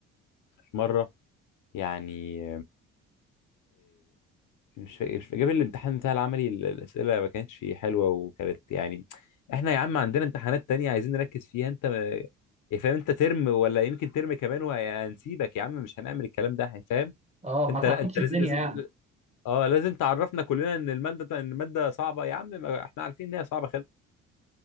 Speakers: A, on the left; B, on the right.
A: مره يعني مش فاكر مش فاكر. جاب الامتحان بتاع العملي ال- الأسئلة ما كانتش حلوة وكانت يعني احنا يا عم عندنا امتحانات تانية عايزين نركز فيها انت ما- يا فاهم انت ترم ولا يمكن ترم كمان وهنسيبك يا عم مش هنعمل الكلام ده فاهم
B: اه
A: انت
B: ما تعقدش
A: لا انت لازم
B: الدنيا
A: لازم
B: يعني
A: اه لازم تعرفنا كلنا ان المادة ان المادة صعبة يا عم ما احنا عارفين ان هي صعبة خالص